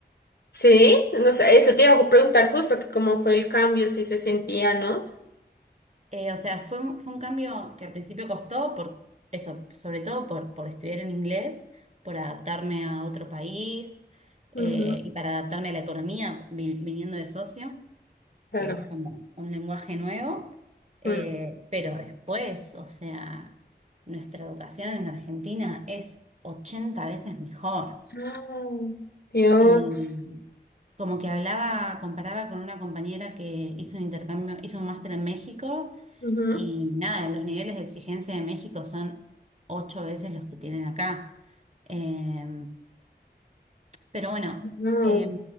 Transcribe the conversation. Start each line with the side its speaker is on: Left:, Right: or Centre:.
Left: Sí, no sé, eso te iba a preguntar justo, que cómo fue el cambio, si se sentía, ¿no?
Right: Eh, o sea, fue un, fue un cambio que al principio costó por eso, sobre todo por, por estudiar en inglés, por adaptarme a otro país eh,
Left: Ujú,
Right: y para adaptarme a la economía vi- viniendo de socio,
Left: Claro.
Right: que es como un lenguaje nuevo. Eh,
Left: Mm.
Right: pero después, o sea, nuestra educación en Argentina es 80 veces mejor.
Left: Ah, Dios.
Right: Eh, como que hablaba, comparaba con una compañera que hizo un intercambio, hizo un máster en México
Left: Ujú,
Right: y nada, los niveles de exigencia de México son ocho veces los que tienen acá. Eh, pero bueno,
Left: No.
Right: eh,